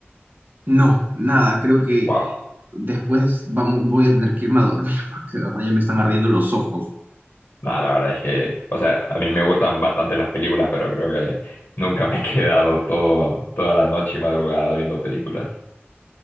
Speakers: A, on the right (about 45°); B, on the left (about 55°).
A: No, nada, creo que
B: Wow.
A: después vamos, voy a tener que irme a dormir <laughs> porque de verdad ya me están ardiendo los ojos.
B: Nada, la verdad es que, o sea, a mí me gustan bastante las películas, pero creo que nunca me he quedado todo, toda la noche y madrugada viendo películas.